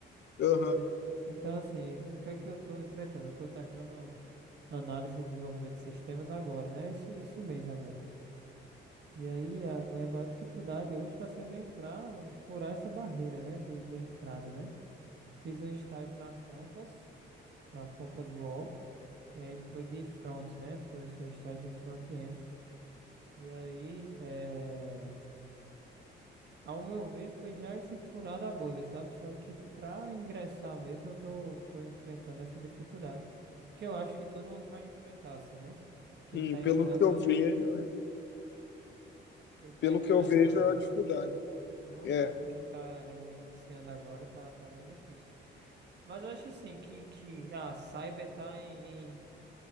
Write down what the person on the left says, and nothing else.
Aham.
Sim,
pelo
que eu
vejo,
pelo
que eu vejo
é a dificuldade.
É.